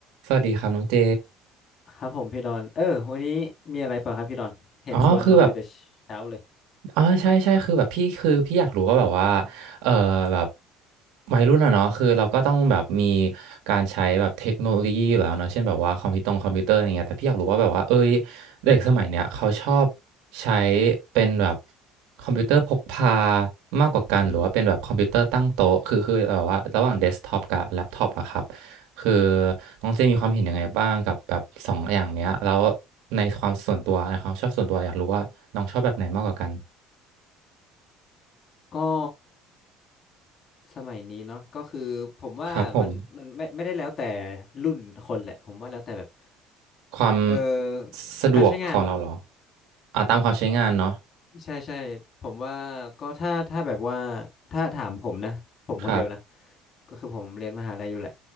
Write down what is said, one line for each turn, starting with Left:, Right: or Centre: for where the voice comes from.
Right: สวัสดีครับน้องเจ
Left: ครับผมพี่ดอนเออวันนี้มีอะไรเปล่าครับพี่ดอนเห็นชวนมาคุยแต่เช้าเลย
Right: อ๋อ คือแบบ อ๋อใช่ใช่คือแบบพี่คือพี่อยากรู้ว่าแบบว่าเออแบบวัยรุ่นอะเนาะคือเราก็ต้องแบบมีการใช้แบบเทคโนโลยีอยู่แล้วเนาะเช่นแบบว่าคอมพิวตรงคอมพิวเตอร์อะไรเงี้ยแต่พี่อยากรู้ว่าแบบว่าเอ้ยเด็กสมัยเนี้ยเขาชอบใช้เป็นแบบคอมพิวเตอร์พกพามากกว่ากันหรือว่าเป็นแบบคอมพิวเตอร์ตั้งโต๊ะคือคือแบบว่าระหว่างเดสก์ท็อปกับแล็ปท็อปอะครับคือน้องเจมีความเห็นยังไงบ้างกับแบบสองอย่างเนี้ยแล้วในความส่วนตัวในความชอบส่วนตัวอยากรู้ว่าน้องชอบแบบไหนมากกว่ากัน
Left: ก็สมัยนี้เนาะก็คือผมว่ามันมันไม่ไม่ได้แล้วแต่
Right: ครับผม
Left: รุ่นคนแหละผมว่าแล้วแต่แบบ
Right: ความ
Left: เออ
Right: สะดวกของเราเหรอ
Left: การใช้งาน
Right: อ่าตามความใช้งานเนาะ
Left: ใช่ใช่ผมว่าก็ถ้าถ้าแบบว่าถ้าถามผมนะผมคนเดียวนะ
Right: ครับ
Left: ก็คือผมเรียนมหาลัยอยู่แหละ